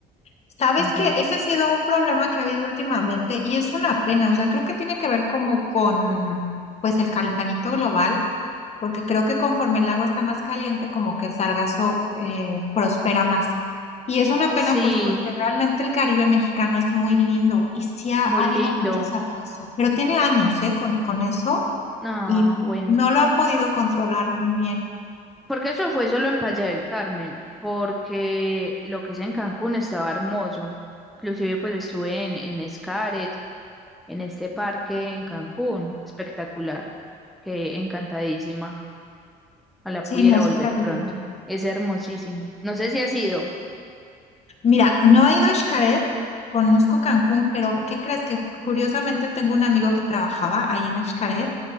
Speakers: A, on the left; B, in the centre.
A: Sabes
B: Entonces,
A: que ese ha sido un problema que ha habido últimamente y es una pena, o sea, creo que tiene que ver como con pues el calentamiento global porque creo que conforme el agua está más caliente, como que el sargazo eh, prospera más. Y es una
B: sí,
A: pena, pues, porque realmente el Caribe mexicano es muy lindo y sí ha,
B: muy
A: ha habido
B: lindo.
A: mucho sargazo, pero tiene años, ¿eh? Con, con eso
B: No,
A: y
B: bueno.
A: no lo han podido controlar muy bien.
B: Porque eso fue solo en Playa del Carmen, porque lo que es en Cancún estaba hermoso. Inclusive pues estuve en, en Xcaret en este parque en Cancún. Espectacular. que encantadísima. Ojalá
A: Sí,
B: pudiera
A: no es
B: volver
A: súper lindo.
B: pronto. Es hermosísimo. No sé si has ido.
A: Mira, no he ido a Xcaret, conozco Cancún, pero ¿qué crees? Que curiosamente tengo un amigo que trabajaba ahí en Xcaret